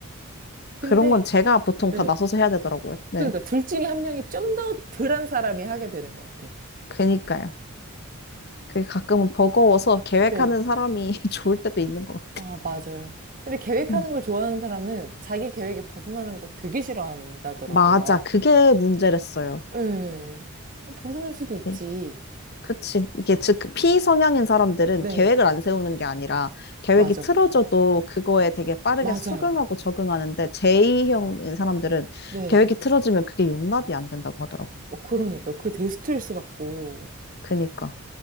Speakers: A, on the right; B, on the left.
A: 근데
B: 그런 건 제가 보통
A: 네.
B: 다 나서서 해야 되더라고요. 네.
A: 그러니까 둘 중에 한 명이 좀 더 덜한 사람이 하게 되는 것 같아.
B: 그니까요. 그게 가끔은 버거워서 계획하는
A: 네.
B: 사람이 <laughs> 좋을 때도 있는 것
A: 아, 맞아요. 근데 계획하는
B: 같아요. 음.
A: 걸 좋아하는 사람은 자기 계획에 벗어나는 걸 되게 싫어한다더라고요.
B: 맞아. 그게 문제랬어요.
A: 네. 어, 벗어날 수도 있지.
B: 예. 그치. 이게 즉 피성향인 사람들은
A: 네.
B: 계획을 안 세우는 게 아니라 계획이
A: 맞아.
B: 틀어져도 그거에 되게 빠르게
A: 맞아요.
B: 수긍하고 적응하는데 J형인 사람들은
A: 네.
B: 계획이 틀어지면 그게 용납이 안 된다고 하더라고.
A: 어, 그러니까. 그 되게 스트레스 받고.
B: 그니까.